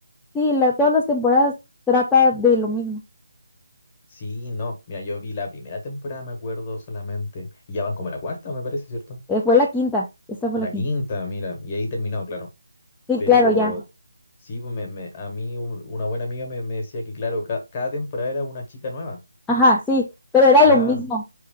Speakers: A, in the centre; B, on the left.
A: sí, la- todas las temporadas trata de lo mismo.
B: Sí, no. Mira, yo vi la primera temporada, me acuerdo solamente. Y ya van como la cuarta, me parece, ¿cierto?
A: Eh, fue la quinta, esta fue
B: La
A: la quinta.
B: quinta, mira. Y ahí terminó, claro.
A: Sí,
B: Pero
A: claro, ya.
B: sí, pues me, me- a mí u- una buena amiga me, me decía que, claro, ca- cada temporada era una chica nueva.
A: Ajá, sí, pero era
B: Claro.
A: lo mismo.